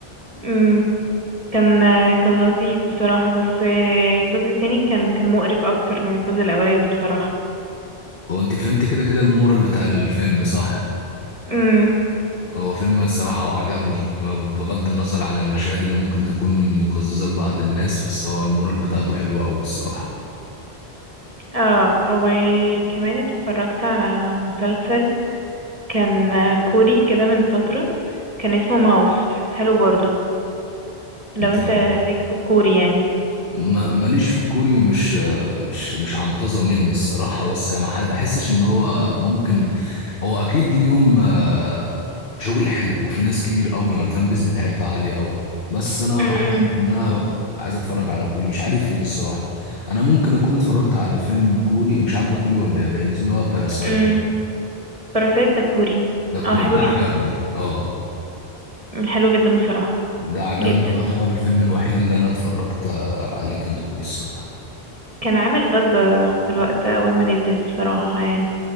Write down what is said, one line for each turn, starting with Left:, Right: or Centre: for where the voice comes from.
Right: مم، كان آه، كان لطيف بصراحة بس آه، الجزء التاني كان كان مقرف أكتر من الجزء الأولاني بصراحة
Left: هو انت فهمت كده كده المورال بتاع الفيلم صح
Right: مم،
Left: هو فيلم الصراحة وعجبني بغض النظر عن المشاهد اللي ممكن تكون مقززة لبعض الناس بس هو المورال بتاعته حلوة قوي الصراحة
Right: اه وكمان اتفرجت على مسلسل كان آه، كوري كده من فترة كان اسمه ماوس حلو برضه لو
Left: انت
Right: انت ليك في الكوري يعني
Left: ما ماليش في الكوري ومش مش مش عنطزة مني الصراحة بس يعني ما حد بحسش ان هو ممكن هو اكيد ليهم آه، شغل حلو وفي ناس كتير قوي ما الفان بيس بتاعتها عالية قوي بس انا
Right: مم،
Left: ما حسيتش ان انا عايز اتفرج على كوري مش عارف ليه الصراحة انا ممكن اكون اتفرجت على فيلم كوري مش عارف ده كوري ولا ياباني اللي هو باراسايت
Right: مم، باراسايت ده كوري
Left: ده
Right: اه
Left: كوري
Right: حلو
Left: ده
Right: جدا
Left: عجبني اه
Right: حلو جدا بصراحة
Left: ده عجبني
Right: جدا
Left: يعتبر
Right: يعني
Left: الفيلم الوحيد اللي انا اتفرجت آه، عليه كان كوري الصراحة
Right: كان عامل ضجة في الوقت أول ما نزل بصراحة يعني